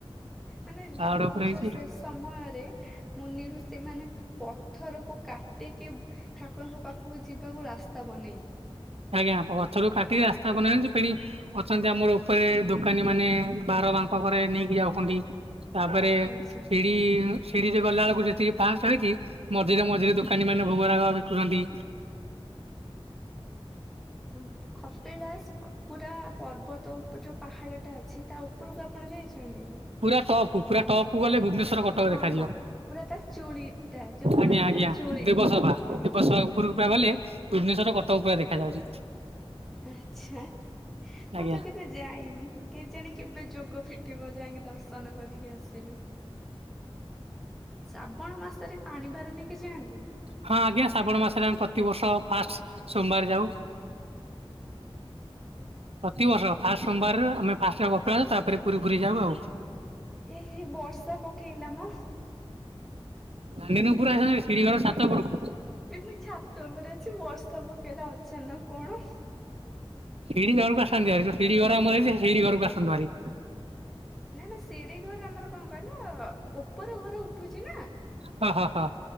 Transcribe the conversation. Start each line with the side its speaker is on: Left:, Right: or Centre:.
Centre: ମାନେ
Right: ପାହାଡ
Centre: ଭାବୁଛ
Right: ଉପରେ ହେଇଛି।
Centre: ସେ ସମ ସମୟରେ ମୁନିୠଷିମାନେ ପଥରକୁ କାଟି କାଟିକି ଠାକୁରଙ୍କ ପାଖକୁ ଯିବାକୁ ରାସ୍ତା ବନେଇ
Right: ଆଜ୍ଞା ପଥରକୁ କାଟିକି ରାସ୍ତା ବନେଇଚନ୍ତୀ ଫେଣି ଅଛନ୍ତି ଆମର ଉପରେ ଦୋକାନୀ ମାନେ ବାର ବାଙ୍କ କରେ ନେଇକି ଯାଉଛନ୍ତି। ତାପରେ
Centre: ଆଚ୍ଛା।
Right: ଶିଡି ସିଡ଼ିରେ ଗଲା ବେଳକୁ ଯେତିକି ପାହାଚ ହେଇଚି ମଝିରେ ମଝିରେ ଦୋକାନୀ ମାନେ ଭୋଗରାଗ ବିକୁଛନ୍ତି।
Centre: ଆଁ ଉଁ। ଖପିଳାସ ପୁରା ପର୍ବତ ଉପ ଯୋଉ ପାହାଡ଼ଟା ଅଛି ତା ଉପରକୁ ଆପଣ ଯାଇଛନ୍ତି?
Right: ପୁରା ଟପକୁ ପୁରା ଟପକୁ ଗଲେ ଭୁବନେଶ୍ୱର କଟ ଟକ
Centre: ହଁ
Right: ଦେଖାଯିବ
Centre: ହଁ ପୁରା ତା ଚୁଳି ଟା ଯୋଉ କୁହନ୍ତି
Right: ଆଜ୍ଞା ଆଜ୍ଞା
Centre: ନା ଚୁଳି
Right: ଦେବସଭା
Centre: ହଁ
Right: ଦେବସଭା ଉପୁରୁକୁ ପୁରା ଗଲେ ଭୁବନେଶ୍ଵର କଟକ ପୁରା ଦେଖା ଯାଉଚି।
Centre: ଆଚ୍ଛା
Right: ଆଜ୍ଞା
Centre: ମୁଁ ତ କେବେ ଯାଇନି କେ ଜାଣି କେବେ ଯୋଗ ଫି ଟିବ ଯାଇକି ଦର୍ଶନ କରିକି ଆସିବି। ଶ୍ରାବଣ ମାସରେ ପାଣି ଭାର ନେଇକି ଯାଆନ୍ତି?
Right: ହଁ ଆଜ୍ଞା ଶ୍ରାବଣ ମାସରେ ଆମେ ପ୍ରତିବର୍ଷ ଫାଷ୍ଟ ସୋମବାରେ ଯାଉ। ପ୍ରତିିବର୍ଷ ଫାଷ୍ଟ ସୋମବାରର ଆମେ ଫାଷ୍ଟ କପିଳାସ ତାପରେ ପୁରୀ ଫୁରୀ ଯାଉ ଆଉ।
Centre: ଏ ହେଇ ବର୍ଷା ପକେଇଲା ମ।
Right: <unintelligible> ଆସ ହେରି ସିଡ଼ି ଘର ସାତ ଉପରକୁ।
Centre: ଏବେ ଛାତ ଉପରେ ଅଛି ବର୍ଷା ପକେଇଲା ଅଚାନକ କଣ?
Right: ସିଡି ଘରକୁ ଆସନ୍ତୁ ହେରି ସିଡି ଘର ଆମର ହେଇଚି ସେଇ ସିଡି ଘରକୁ ଆସନ୍ତୁ ହେରି।
Centre: ନା ନା ଶିଡିି ଘର ଆମର କଁ କହିଲ ଉପର ଘର ଉଠୁଚି ନା
Right: ହ ହ ହ।